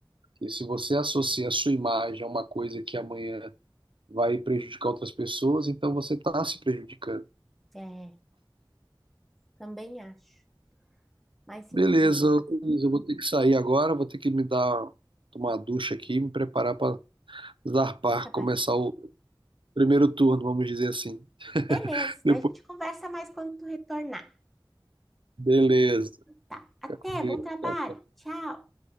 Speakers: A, on the right (about 75°); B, in the centre.
A: Porque se você associa a sua imagem a uma coisa que amanhã vai prejudicar outras pessoas, então você está se prejudicando.
B: é, também acho. Mas
A: Beleza,
B: enfim,
A: Luiz, eu vou ter que sair agora, vou ter que me dar tomar uma ducha aqui, me preparar para zarpar,
B: vai trabalhar.
A: começar o primeiro turno, vamos dizer assim.
B: Beleza,
A: Depois,
B: daí a gente conversa mais quando tu retornar,
A: beleza.
B: tá?
A: Fica
B: Até,
A: com Deus.
B: bom trabalho, tchau!